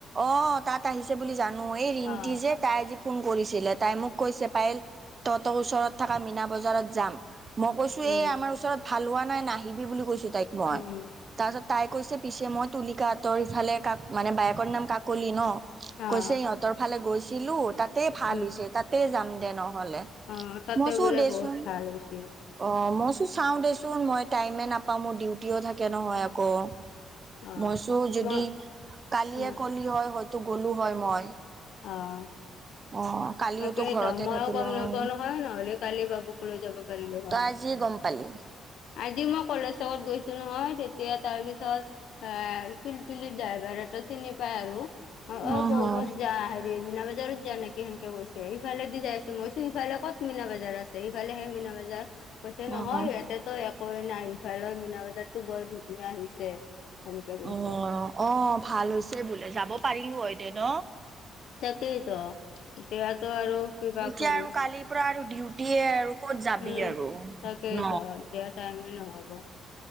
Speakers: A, on the right (about 35°); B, on the left (about 75°).
A: অ তাত আহিছে বুলি জানো এই ৰিণটি
B: অ',
A: যে তাই ফোন কৰিছিলে তাই মোক কৈছে পাইল তহঁতৰ ওচৰত থকা মীনা বজাৰত যাম। মই কৈছো
B: উম,
A: এই আমাৰ ওচৰত ভাল হোৱা নাই। নাহিবি বুলি কৈছো তাইক মই
B: উম।
A: তাৰপাছত তাই কৈছে পিছে মই তুলিকাঁতৰ ইফালে কাক মানে বায়েকৰ নাম কাকলি ন
B: অ',
A: কৈছে সিহঁতৰ ফালে গৈছিলো তাতে ভাল
B: উম,
A: হৈছে তাতে যাম দে ন। হলে
B: অ', তাতে
A: মচো
B: বোলে
A: দেচোন
B: বহুত ভাল হৈছে
A: অ ম চাও দেচোন মই টাইমে নাপাও মোৰ ডিউটিও থাকে নহয় আকৌ।
B: অ',
A: মইচো যদি
B: মই
A: কালিয়
B: উম,
A: হয়তো গ'লো হয় মই।
B: আহ
A: অ কালিওতো
B: তাকেই
A: ঘৰতে
B: ত মইও
A: থাকিলো
B: গম
A: হয়
B: নাপাও হয় নহ'লে কালি বাবুক লৈ যাব পাৰিলো হয়।
A: তই আজি গম পালো।
B: আজি মই কলেজত গৈছো নহয়। তেতিয়া তাৰ পিছত এ পিলপিলি ড্ৰাইভাৰতো চিনি পায় আৰু অ অ
A: উম
B: বৌ
A: হম
B: ক'ত যা হেৰি মীনা বজাৰত যাৱ নেকি সেন গৈছে সিফালে দি যাই আছে। মই কৈছোঁ সিফালে ক'ত মিনা বজাৰ আছে এইফালেহে মিনা বাজাৰ কৈছে
A: উম
B: নহয়
A: উম
B: ইয়াতেতো একোৱেই নাই সিফালৰ মিনা বজাৰতো বৰ ধুনীয়া আহিছে সেনেকে কৈছে।
A: অ অ ভাল হৈছে বোলে যাব পাৰিলো হয় দে ন
B: তাকেই টো এতিয়াটো আৰু কিবা
A: এতিয়া
B: কৰিম
A: আৰু কালিৰ পৰা আৰু ডিউটিয়ে আৰু ক'ত যাবি
B: উম
A: আৰু
B: তাকেই
A: ন
B: ত হয় এতিয়া টাইম নহ'ব